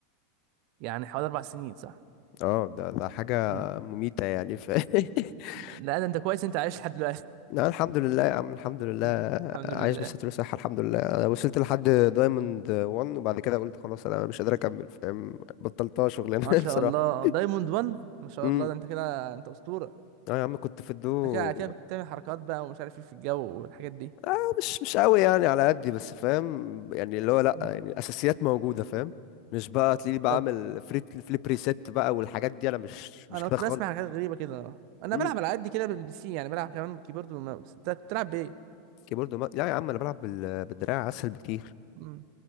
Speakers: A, on the right; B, on the left.
A: يعني حوالي اربع سنين صح
B: اه ده ده حاجه
A: امم
B: مميته يعني ف <laughs>
A: لا ده انت كويس انت عايش لحد دلوقتي
B: لا الحمد لله يا عم الحمد لله
A: مم. <laughs> الحمد
B: عايش
A: لله
B: بالستر وصحة الحمد لله أنا وصلت لحد دايموند 1 وبعد كده قلت خلاص انا مش قادر اكمل فاهم بطلتها شغلانه
A: ما شاء
B: <laughs> بصراحه
A: الله دايموند 1 ما شاء
B: امم
A: الله ده انت كده انت اسطوره
B: اه يا عم كنت في الدو
A: انت كده على كده كنت بتعمل حركات بقى ومش عارف ايه في الجو والحاجات دي
B: آه مش مش قوي يعني على قدي بس فاهم يعني اللي هو لا
A: مم.
B: يعني الاساسيات موجوده فاهم مش بقى تلاقيني بعمل
A: طب
B: فريت فليب ريسيت بقى والحاجات دي انا مش مش
A: انا
B: كده
A: كنت
B: خالص
A: بسمع حاجات غريبه كده انا
B: امم
A: بلعب على قد كده بالبي سي يعني بلعب كمان كيبورد وماوس انت كنت بتلعب بايه
B: كيبورد ما... لا يا عم انا بلعب بال... بالدراع اسهل بكتير
A: امم